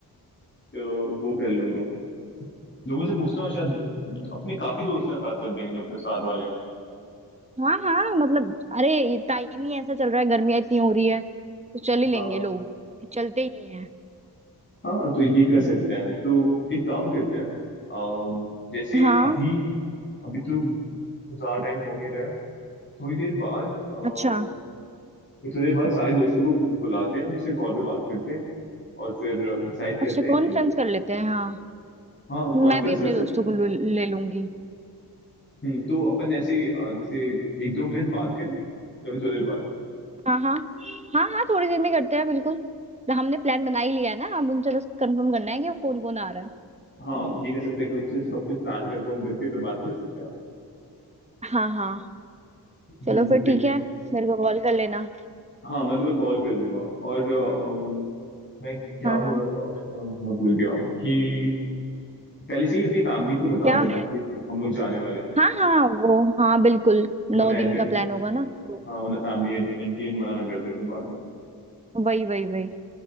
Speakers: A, on the left; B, on the right.
A: तो वो कर लूंगा लोगों से पूछता हूँ शायद अपने काफी दोस्त हैं साथ चल देंगे जो अपने साथ वाले हैं
B: हाँ हाँ मतलब अरे टाइम ही ऐसा चल रहा है गर्मियाँ इतनी हो रही है तो चल ही
A: हाँ
B: लेंगे लोग चलते ही हैं
A: हाँ तो ये कर सकते हैं तो एक काम करते हैं अम, जैसे
B: हाँ
A: अभी अभी तो ज्यादा टाइम हो नहीं रहा है थोड़ी देर बाद अम,
B: अच्छा
A: थोड़ी देर बाद सारे दोस्तों को बुलाते हैं उनसे कॉल पे बात करते हैं और फिर डिसाइड करते
B: अच्छा
A: हैं
B: कॉन्फ्रेंस
A: कि
B: कर लेते हैं हाँ
A: हाँ
B: मैं
A: कॉन्फ्रेंस
B: भी अपने
A: कर सकते
B: दोस्तों को लू- ले लूंगी
A: हैं तो अपन ऐसे अ, जैसे एक दो मिनट बात करें या फिर थोड़ी देर बाद
B: हाँ हाँ हाँ हाँ थोड़ी देर में करते हैं बिल्कुल हमने प्लान बना ही लिया है ना अब उनसे बस कंफर्म करना है कि कौन कौन आ रहा है
A: हाँ ये कह सकते हैं कि उनसे सब कुछ प्लान कंफर्म करके फिर बात कर सकते हैं
B: हाँ हाँ
A: हम्म
B: चलो फिर
A: तो
B: ठीक है मेरे को कॉल कर लेना
A: हाँ मैं तुम्हें कॉल कर लूंगा और अ, अम, मैं क्या
B: हाँ
A: बोल
B: हाँ
A: रहा था उसमें मैं भूल गया कि पहले से ही अपनी फैमिली को बता
B: क्या
A: देना कि हम लोग जाने वाले हैं
B: हाँ हाँ वो हाँ बिल्कुल
A: वरना
B: नौ दिन
A: एंड में
B: का प्लान होगा ना तो
A: हाँ वरना फैमिली एट, एट दी एंड मना ना कर दे फिर बाद में
B: वही वही वही